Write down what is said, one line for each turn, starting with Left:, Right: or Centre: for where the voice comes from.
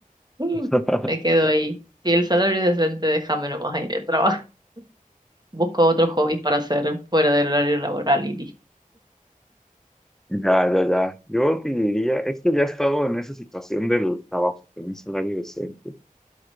Right: <laughs>
Centre: <laughs>
Right: Me quedo ahí. Si el salario es decente, déjame nomás ahí de trabajo. <laughs> Busco otros hobbies para hacer fuera del horario laboral y listo.
Centre: Ya, ya, ya. Yo diría, es que ya he estado en esa situación del trabajo con un salario decente.